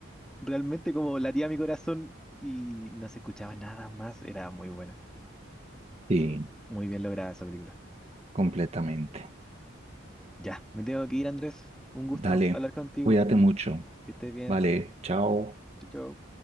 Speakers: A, in the centre; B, on the right.
A: realmente como latía mi corazón y no se escuchaba nada más, era muy buena,
B: Sí,
A: muy bien lograda esa película.
B: completamente.
A: Ya, me tengo que ir, Andrés, un gusto
B: Dale,
A: hablar contigo,
B: cuídate mucho.
A: que estés bien,
B: Vale, chao.
A: chao. chao.